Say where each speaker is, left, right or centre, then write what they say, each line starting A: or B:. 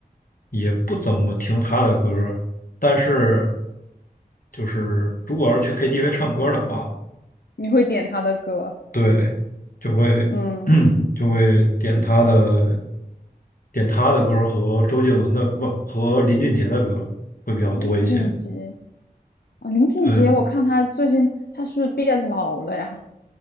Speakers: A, on the left; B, on the left.
A: 也不怎么听他的歌儿但是就是如果要是去 KTV 唱歌儿的话，
B: 你会点他的歌，
A: 对，就会
B: 嗯，
A: <clears throat> 就会点他的点他的歌儿和周杰伦的，不，和林俊杰的歌儿会比较多一些。
B: 林俊杰啊，林俊杰，
A: 嗯
B: 我看他最近他是不是变老了呀？